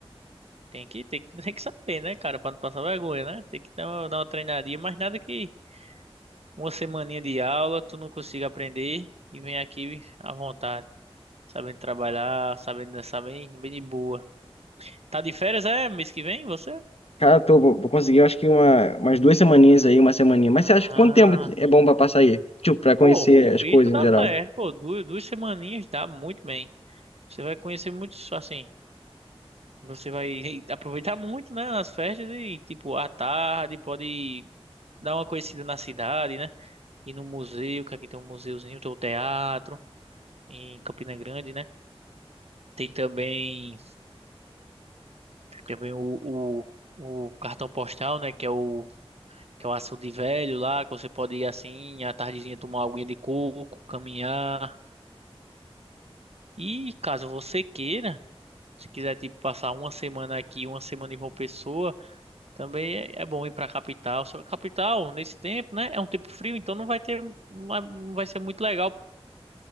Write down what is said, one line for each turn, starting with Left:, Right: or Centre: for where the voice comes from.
Right: Tem que, tem, <laughs> que- tem que saber, né, cara? Pra não passar vergonha, né? Tem que dar uma, dar uma treinadinha. Mas nada que uma semaninha de aula tu não consiga aprender e vem aqui à vontade. Sabendo trabalhar, sabendo dançar bem, bem de boa. Tá de férias, é? Mês que vem, você?
Left: Cara, tô, vou vou conseguir, eu acho que uma, umas duas semaninhas aí, uma semaninha. Mas
Right: Ah,
Left: você acha que quanto tempo é bom pra passar aí? Tipo, pra conhecer
Right: pô,
Left: as
Right: isso
Left: coisas
Right: dá
Left: em geral.
Right: certo, pô. Duas, duas semaninhas dá muito bem. Você vai conhecer muitos, assim, você vai <laughs> aproveitar muito, né, nas festas e, tipo, à tarde pode dar uma conhecida na cidade, né? Ir no museu, que aqui tem um museuzinho, tem o teatro em Campina Grande, né? Tem também, tem também o, o, o cartão postal, né, que é o que é o Açude Velho lá, que você pode ir assim, à tardezinha tomar uma aguinha de coco, caminhar. E caso você queira, se quiser, tipo, passar uma semana aqui, uma semana em João Pessoa, Também é, é bom ir para a capital. Só que a capital, nesse tempo, né? É um tempo frio, então não vai ter, não vai, não vai ser muito legal